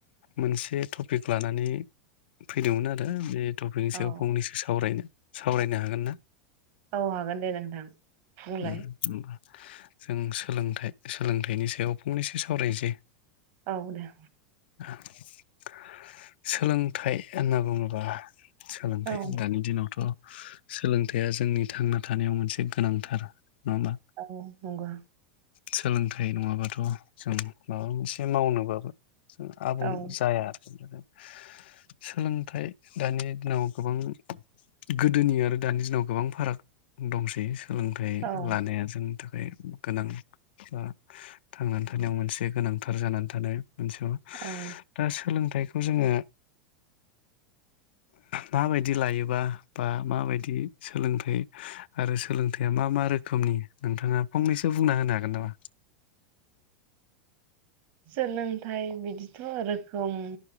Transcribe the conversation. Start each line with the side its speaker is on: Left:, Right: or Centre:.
Left: मोनसे टपिक लानानै फैदोंमोन आरो बे टपिकनि
Right: औ
Left: सायाव फंनैसो सावरायनो सावरायनो हागोन ना?
Right: औ हागोन दे नोंथां बुंलाय
Left: उम होनबा जों सोलोंथाइ सोलोंथाइनि सायाव फंनैसो सावरायसै
Right: औ दे
Left: <unintelligible> सोलों थाइ होनना बुंङोबा सोलोंथाइ
Right: औ
Left: दानि दिनावथ सोलोंथाइ या जोंनि थांना थानायाव मोनसे गोनांथार नङा होमबा
Right: औ नंगौ।
Left: सोलोंथाइ नंङाबाथ जों माबा मोनसे मावनोबाबो जों आबुं
Right: औ
Left: जाया आरो सोलोंथाइ दानि दिनाव गोबां गोदोनि आरो दानि दिनाव गोबां फाराग दंसै सोलोंथाइ
Right: औ
Left: लानाया जोंनि थाखाय गोनां बा थांनानै थानायाव मोनसे गोनांथार जानानै थानाय ओनसोल
Right: औ
Left: दा सोलोंथाइखौ खौ जोङो माबायदि लायोबा बा माबायदि सोलोंथाइ आरो सोलोंथाया मा मा रोखोम रोखोमनि नोंथाङा फंनैसो बुंना होनो हागोन नामा?
Right: सोलोंथाइ बिदिथ रोखोम